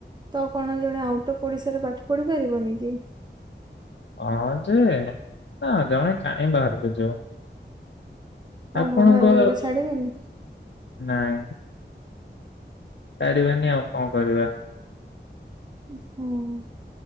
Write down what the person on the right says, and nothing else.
ତ କଣ ଜଣେ ଆଉଟ୍ ଅଫ୍ ଓଡ଼ିଶାରେ ପାଠ ପଢ଼ିପାରିବନି କି?
ଓହୋ ଘର ଲୋକ ଛାଡିବେନି
ଉଁ ହୋ।